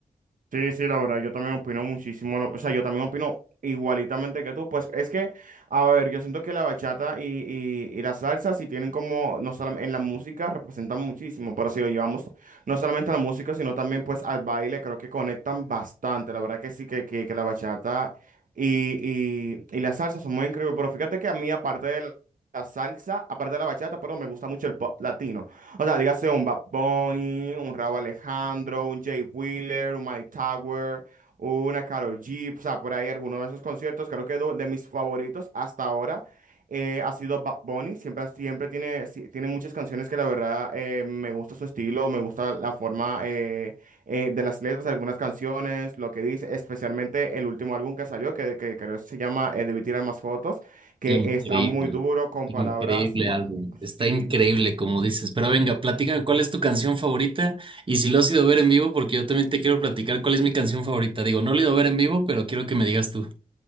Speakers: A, on the right; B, on the right.
A: Sí, sí, la verdad, yo también opino muchísimo, lo- o sea, yo también opino igualitamente que tú, pues es que, a ver, yo siento que la bachata y, y, y la salsa sí tienen como, no solamente en la música, representan muchísimo, pero si lo llevamos no solamente a la música, sino también pues al baile, creo que conectan bastante, la verdad que sí, que, que, que la bachata y, y, y la salsa son muy increíbles, pero fíjate que a mí aparte de la la salsa, aparte de la bachata, pero me gusta mucho el pop latino. O sea, dígase un Bad Bunny, un Rauw Alejandro, un Jay Wheeler, un Mike Tower, una Karol G, o sea, por ahí alguno de esos conciertos. Creo que do- de mis favoritos hasta ahora eh, ha sido Bad Bunny. Siempre, siempre tiene, sí, tiene muchas canciones que la verdad eh, me gusta su estilo, me gusta la forma eh, eh, de las letras, algunas canciones, lo que dice, especialmente el último álbum que salió, que, que creo que se llama eh, Debí tirar más fotos, que
B: Increíble,
A: está muy duro con
B: increíble
A: palabras suma...
B: álbum, está
A: Sí.
B: increíble como dices, pero venga, platícame cuál es tu canción favorita y si lo has ido a ver en vivo, porque yo también te quiero platicar cuál es mi canción favorita, digo, no lo he ido a ver en vivo, pero quiero que me digas tú.